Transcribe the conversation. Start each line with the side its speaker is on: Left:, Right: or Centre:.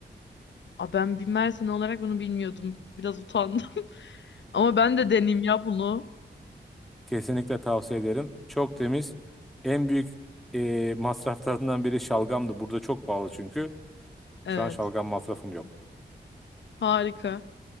Left: Aa, ben bir Mersin olarak bunu bilmiyordum. Biraz utandım. Ama ben de deneyeyim ya bunu.
Centre: Kesinlikle tavsiye ederim. Çok temiz. En büyük e, masraflarından biri şalgamdı. Burada çok pahalı çünkü.
Left: Evet.
Centre: Şu an şalgam masrafım yok.
Left: Harika.